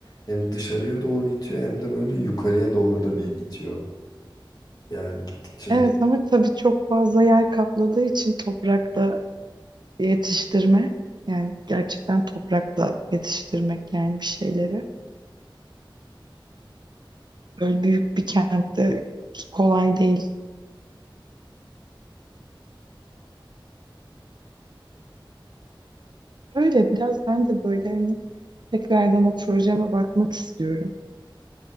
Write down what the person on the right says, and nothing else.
Evet ama tabii çok fazla yer kapladığı için toprakta yetiştirme yani gerçekten toprakta yetiştirmek yani bir şeyleri böyle büyük bir kentte kolay değil. Böyle biraz ben de böyle hani tekrardan o projeme bakmak istiyorum.